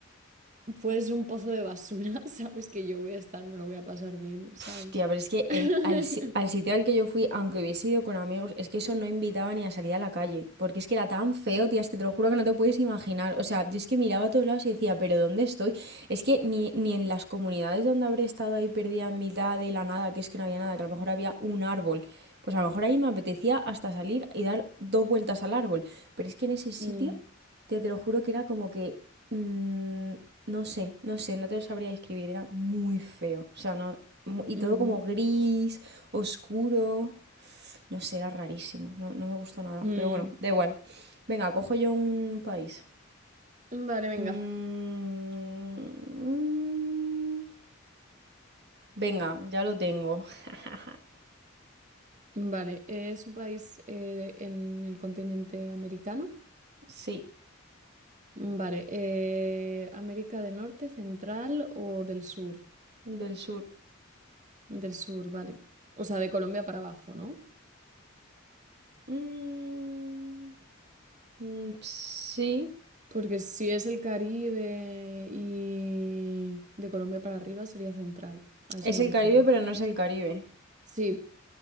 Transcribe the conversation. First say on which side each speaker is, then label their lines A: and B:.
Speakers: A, on the right; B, on the right.
A: puede ser un pozo de basura, <laughs> ¿sabes? Que yo voy a estar, me lo voy a pasar bien, ¿sabes?
B: Pf, tía, pero es que el-
A: <laughs>
B: al, si- al sitio al que yo fui, aunque hubiese ido con amigos, es que eso no invitaba ni a salir a la calle, porque es que era tan feo, tía, es que te lo juro que no te puedes imaginar. O sea, yo es que miraba a todos lados y decía, pero ¿dónde estoy? Es que ni, ni en las comunidades donde habré estado ahí perdida en mitad de la nada, que es que no había nada, que a lo mejor había un árbol, pues a lo mejor ahí me apetecía hasta salir y dar dos vueltas al árbol, pero es que en ese sitio,
A: Mm,
B: tía, te lo juro que era como que... mm, no sé, no sé, no te lo sabría describir, era muy feo. O sea, no, mu- y
A: ujú,
B: todo como gris, oscuro. No sé, era rarísimo, no, no me gustó nada.
A: mm.
B: Pero bueno, da igual. Venga, cojo yo un país.
A: Vale, venga.
B: Mm, Venga, ya lo tengo. <laughs>
A: Vale, eh, ¿es un país eh, en el continente americano?
B: Sí,
A: Mm, Vale, eh, ¿América del Norte, Central o del Sur?
B: del sur.
A: Del Sur, vale. O sea, de Colombia para abajo, ¿no?
B: Mm, mm, Sí.
A: Porque si es el Caribe y de Colombia para arriba sería Central, a eso
B: Es
A: me
B: el
A: refiero.
B: Caribe, pero no es el Caribe.
A: Sí,